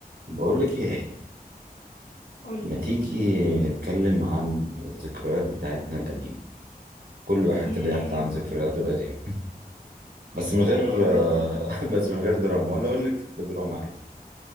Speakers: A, on the right; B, on the left.
A: بقول لك ايه
B: قولي
A: ما تيجي نتكلم عن الذكريات بتاعتنا القديمة كل واحد
B: يا
A: كده يحكي
B: يا
A: عن
B: ابني
A: ذكرياته القديمة بس من غير
B: يا يا ابني
A: آه،
B: رجعتني
A: <laughs> بس من غير دراما ولا اقول لك بدراما عادي